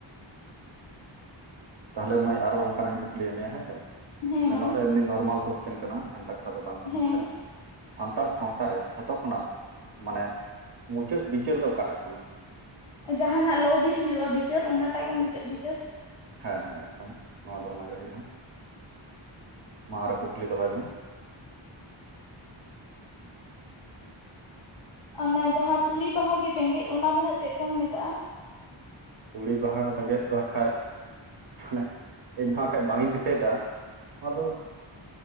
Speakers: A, on the right; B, on the left.
A: ᱛᱟᱦᱚᱞᱮ ᱢᱟᱹᱭ ᱟᱨᱚ ᱚᱱᱠᱟᱱᱟᱜ ᱤᱧ ᱠᱩᱩᱞᱤᱭᱮᱫ ᱢᱮᱭᱟ ᱦᱮᱸᱥᱮ
B: ᱦᱮᱸ
A: ᱢᱟᱱᱮ
B: ᱢᱟ
A: ᱱᱚᱣᱟ ᱫᱚ ᱮᱢᱱᱤ ᱱᱚᱨᱢᱟᱞ ᱥᱳᱥ ᱪᱮᱱ ᱠᱟᱱᱟ ᱵᱷᱮᱱᱛᱟ ᱠᱟᱛᱷᱟ ᱫᱚ ᱵᱟᱝ ᱠᱟᱱᱟ
B: ᱦᱮᱸ
A: ᱟᱷᱟᱡ ᱥᱟᱱᱛᱟᱲ ᱥᱟᱶᱛᱟ ᱨᱮ ᱡᱷᱚᱛᱚ ᱠᱷᱚᱱᱟᱜ ᱢᱟᱱᱮ ᱢᱩᱪᱟᱹᱫ ᱵᱤᱪᱟᱹᱨ ᱫᱚ ᱚᱠᱟᱴᱟᱜ ᱠᱟᱱᱟ?
B: ᱡᱟᱦᱟᱱᱟᱜ ᱞᱚ ᱵᱤᱨ ᱦᱩᱭᱩᱜᱼᱟ ᱵᱤᱪᱟᱹᱨ ᱚᱱᱟᱴᱟᱜ ᱜᱮ ᱢᱩᱪᱟᱹᱫ ᱵᱤᱪᱟᱹᱨ᱾
A: ᱦᱮᱸ ᱮᱠᱫᱚᱢ ᱱᱚᱣᱟ ᱫᱚ ᱚᱱᱟ ᱜᱮ ᱦᱩᱭᱩᱜᱼᱟ ᱢᱟ ᱟᱨᱦᱚ ᱠᱩᱠᱞᱤ ᱫᱚᱦᱚᱭ ᱢᱮ <inaudible>
B: ᱚᱱᱮ ᱡᱟᱦᱟᱸ ᱛᱩᱲᱤ ᱵᱟᱦᱟ ᱜᱮ ᱵᱮᱸᱜᱮᱫ ᱚᱱᱟ ᱫᱚ ᱱᱟᱜ ᱪᱮᱫ ᱵᱚᱱ ᱢᱮᱛᱟᱜᱼᱟ?
A: ᱛᱩᱲᱤ ᱵᱟᱦᱟ ᱵᱮᱸᱜᱮᱫ ᱫᱚ ᱦᱟᱸᱜᱠᱷᱟᱡ ᱦᱟᱱᱮ ᱤᱧ ᱦᱚᱸ ᱦᱟᱸᱠᱷᱟᱡ ᱵᱟᱝ ᱤᱧ ᱫᱤᱥᱟᱹᱭᱮᱫᱟ ᱱᱚᱣᱟ ᱫᱚ